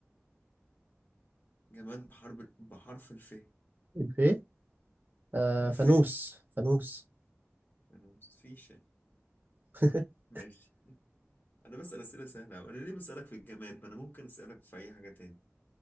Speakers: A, on the left (about 45°); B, on the right (about 45°).
A: جماد بحرب بحرف الف
B: الفي آه
A: الف
B: فانوس فانوس
A: انا فيش
B: <laughs>
A: ماشي انا بسأل أسئلة سهلة وانا ليه بسألك في الجماد ما انا ممكن أسألك في اي حاجة تاني